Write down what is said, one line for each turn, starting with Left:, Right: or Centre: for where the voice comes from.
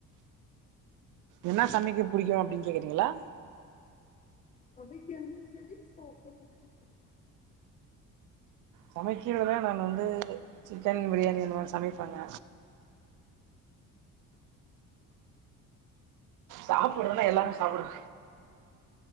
Right: என்னா சமைக்க புடிக்கு அப்டின் கேக்குறீங்களா
Left: சமைக்கறதும் செரி சாப்பறது செரி
Right: சமைக்கறத நான் வந்து சிக்கன் பிரியாணி அந்த மாரி சமைப்பேங்க சாப்புட்றதுனா எல்லாமே சாப்டுவே